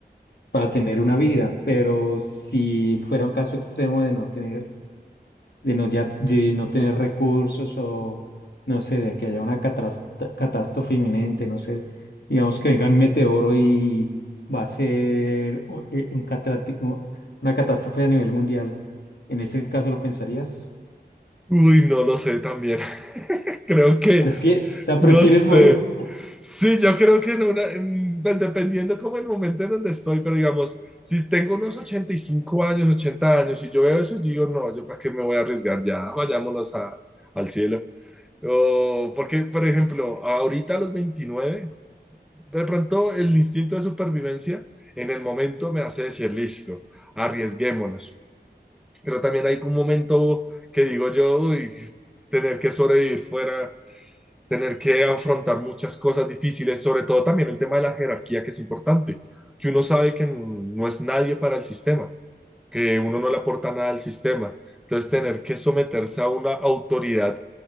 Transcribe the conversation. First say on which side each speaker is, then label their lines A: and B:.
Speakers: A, on the left; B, in the centre.
A: para tener una vida, pero si fuera un caso extremo de no tener, de no, ya, de no tener recursos o, no sé, de que haya una catras- catástrofe inminente, no sé, digamos que venga un meteoro y va a ser o- eh, un catrati- u- una catástrofe a nivel mundial, en ese caso lo pensarías,
B: Uy, no lo sé también. <laughs> Creo que
A: Prefie- o sea,
B: No
A: prefieres
B: sé.
A: morir.
B: Sí, yo creo que en una, en- pues dependiendo como el momento en donde estoy, pero digamos, si tengo unos 85 años, 80 años y yo veo eso, yo digo, no, yo para qué me voy a arriesgar ya, vayámonos a- al cielo. O porque, por ejemplo, ahorita a los 29 de pronto el instinto de supervivencia en el momento me hace decir, listo, arriesguémonos. Pero también hay un momento que digo yo, uy, tener que sobrevivir fuera tener que afrontar muchas cosas difíciles, sobre todo también el tema de la jerarquía, que es importante, que uno sabe que no es nadie para el sistema, que uno no le aporta nada al sistema. Entonces, tener que someterse a una autoridad,